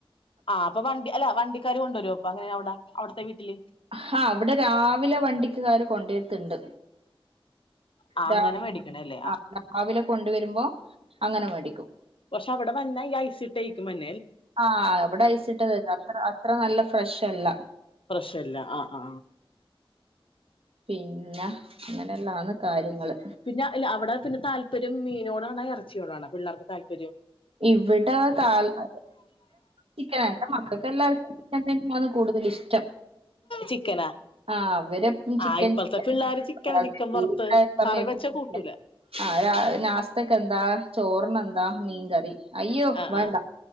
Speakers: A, on the left (about 65°); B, on the right (about 75°).
A: ആ അപ്പ വണ്ടി അല്ല വണ്ടിക്കാര് കൊണ്ടുവരോ അപ്പ എങ്ങനെയാ അവിടെ അവിട്ത്തെ വീട്ടില്
B: ആഹ് അവിടെ രാവിലെ വണ്ടിക്ക്കാര് കൊണ്ടേരെത്തുണ്ട്
A: ആ
B: രാവി
A: അങ്ങനെ മേടിക്കണല്ലേ
B: ആ രാവിലെ കൊണ്ടുവരുമ്പോ അങ്ങനെ വേടി ടിക്കും
A: പക്ഷെ അവിടെ വന്നേ ഐസി ഇട്ടേക്കും വന്നേ
B: ആ എവിടെ ഐസ് ഇട്ടതന്നെ അത്ര അത്ര നല്ല ഫ്രഷ് അല്ല
A: പ്രശ്നല്ല ആ ആ
B: പിന്ന ഇങ്ങനെ നാണ് കാര്യങ്ങള്
A: പിന്നെ അല്ല അവിടെ പിന്നെ താൽ പര്യം മീനോടാണ ഇറച്ചിയോടാണ പിള്ളേർക്ക് താല്പര്യം
B: ഇവിടെ തൽ <inaudible> ചിക്കനാ എന്റെ മക്കൾക്ക് എല്ലാർക്കും ചിക്കൻ തന്നെയാണ് കൂടു ഇഷ്ടം
A: ചിക്കനാ
B: ആ അവരെപ്പ ചിക്കൻ
A: ആ ഇപ്പഴത്തെ
B: ചിക്കൻ
A: പിള്ളേര് ചിക്കന ചിക്കൻ
B: <inaudible>
A: വറുത്ത്
B: സമയത്ത്
A: കറി വെച്ച കൂട്ടൂല
B: ആ നാസ്തക്കെ എന്താ ചോറ് <unintelligible> എന്താ മീൻ കറി അയ്യോ
A: ആ
B: വേണ്ട
A: ആ